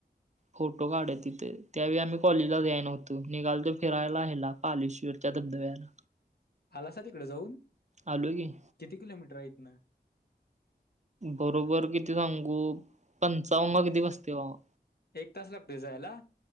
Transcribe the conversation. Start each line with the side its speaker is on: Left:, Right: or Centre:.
Right: फोटो काढून तिथं त्यावेळी आम्ही कॉलेजला याय नव्हतो. तू निघालतो फिरायला ह्याला पालेश्वरच्या धबधब्याला.
Left: आलासा तिकडं जाऊन,
Right: आलो की
Left: किती किलोमीटर हाय हितनं?
Right: बरोबर किती सांगू पंचावन का किती बसतय बाबा.
Left: एक तास लागतोय जायाला?